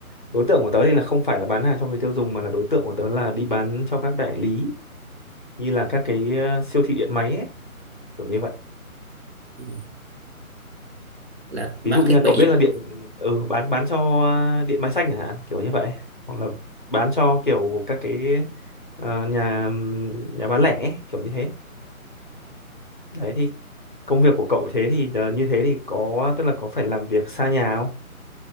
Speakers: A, on the left (about 35°); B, on the right (about 50°).
A: đối tượng của tớ thì là không phải là bán hàng cho người tiêu dùng mà là đối tượng của tớ là đi bán cho các đại lý như là các cái ờ, siêu thị điện máy ấy, kiểu như vậy
B: ừ. là bán
A: ví dụ như
B: thiết
A: là
B: bị
A: cậu biết là điện ừ, bán bán cho ờ, điện máy xanh chẳng hạn kiểu như vậy hoặc là bán cho kiểu các cái ờ, nhà nhà bán lẻ ấy, kiểu như thế đấy thì công việc của cậu thế thì ờ, như thế thì có tức là có phải làm việc xa nhà không